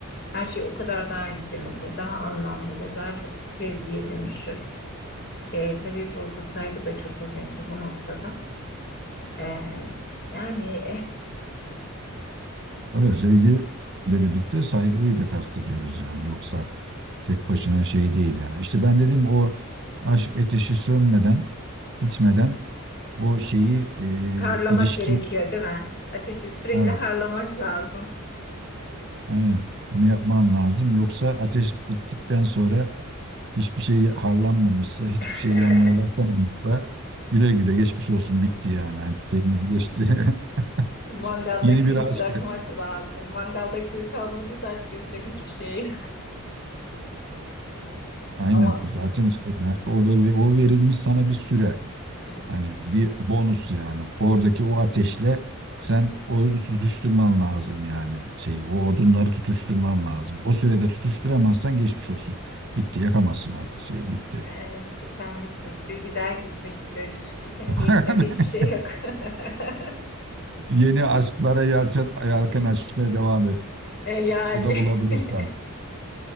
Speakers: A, on the left; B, on the right.
A: her şey o kadar daha güzel olur, daha anlamlı olur, daha çok sevgiye dönüşür. E, tabii burada saygı da çok önemli bu noktada. E, yani
B: Evet, sevgiyle birlikte saygıyı da kastediyoruz yani. Yoksa tek başına şey değil yani. İşte ben dedim o aşk ateşi sönmeden, bitmeden o şeyi e,
A: <laughs> harlamak
B: ilişki
A: gerekiyor değil mi? Ateşi sürekli
B: evet,
A: harlamak lazım.
B: aynen onu yapman lazım. Yoksa ateş bittikten sonra hiçbir şey harlanmamışsa, hiçbir
A: <laughs>
B: şey yanmaya başlamamışsa güle güle geçmiş olsun bitti yani. Hani şeyimiz geçti.
A: Mangalda
B: <laughs> Yeni
A: kül
B: bir
A: bırakmak
B: aşk.
A: lazım. Mangalda kül kalmadıysa artık yapacak hiçbir şey yok.
B: Aynen
A: <laughs> Ama
B: zaten işte ben- orada ve o verilmiş sana bir süre.
A: e,
B: Hani bir bonus yani. Oradaki o ateşle sen onu tutuşturman lazım yani. Şeyi, o odunları tutuşturman lazım. O sürede tutuşturamazsan geçmiş olsun. Bitti, yakamazsın artık şeyi, bitti.
A: evet biten bitmiştir, giden gitmiştir. Bitene
B: <laughs>
A: de yapacak hiçbir şey yok. <laughs>
B: Yeni aşklara yelken, yelken açmaya devam et.
A: E, yani
B: O da bulabilirsen.
A: <laughs>